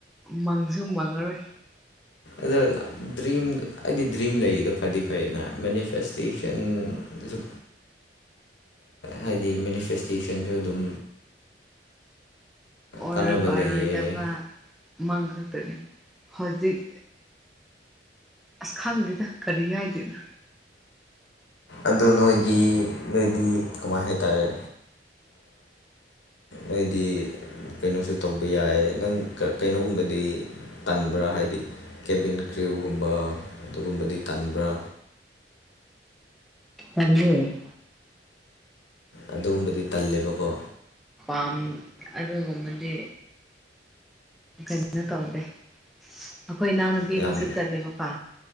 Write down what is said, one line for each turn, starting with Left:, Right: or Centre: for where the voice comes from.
Centre: ꯃꯪꯁꯨ ꯃꯪꯉꯔꯣꯏ
Left: ꯑꯗꯨ ꯗ꯭ꯔꯤꯝ ꯍꯥꯏꯗꯤ ꯗ꯭ꯔꯤꯝ ꯂꯩꯗꯣ ꯐꯗꯤ ꯐꯩꯅ ꯃꯦꯅꯤꯐꯦꯁꯇꯦꯁꯟ ꯑꯗꯨ ꯍꯥꯏꯗꯤ ꯃꯦꯅꯤꯐꯦꯁꯇꯦꯁꯟꯁꯨ ꯑꯗꯨꯝ
Centre: ꯑꯣꯏꯔꯣꯏ
Left: ꯀꯥꯟꯅꯕ
Centre: ꯄꯔꯣꯏꯗꯕ
Left: ꯂꯩꯌꯦ
Centre: ꯃꯪꯈꯛꯇꯅꯤ ꯍꯧꯖꯤꯛ ꯑꯁ ꯈꯪꯗꯦꯗ ꯀꯔꯤ ꯍꯥꯏꯗꯣꯏꯅꯣ
Left: ꯑꯗꯣ ꯅꯣꯏꯗꯤ ꯅꯣꯏꯗꯤ ꯀꯃꯥꯏ ꯍꯥꯏ ꯇꯔꯦ ꯍꯥꯏꯗꯤ ꯀꯩꯅꯣꯁꯨ ꯇꯧꯕ ꯌꯥꯏ ꯅꯪ ꯀꯩꯅꯣꯒꯨꯝꯕꯗꯤ ꯇꯟꯕ꯭ꯔꯥ ꯍꯥꯏꯗꯤ ꯀꯦꯕꯤꯟ ꯀ꯭ꯔꯤꯌꯨ ꯒꯨꯝꯕ ꯑꯗꯨꯒꯨꯝꯕꯗꯤ ꯇꯟꯕ꯭ꯔꯥ
Centre: ꯇꯜꯂ‌ꯦ <inaudible>
Left: ꯑꯗꯨꯒꯨꯝꯕꯗꯤ ꯇꯜꯂꯦꯕꯀꯣ
Centre: ꯑꯝ ꯑꯗꯨꯒꯨꯝꯕꯗꯤ ꯀꯩꯅ‌ꯣ ꯇꯧꯗ‌ꯦ ꯑꯩꯈꯣꯏ ꯏꯅꯥꯎꯅꯨꯄꯤ
Left: ꯌꯥꯝ
Centre: ꯑꯃꯁꯨ ꯆꯠꯂꯦꯕꯀꯣ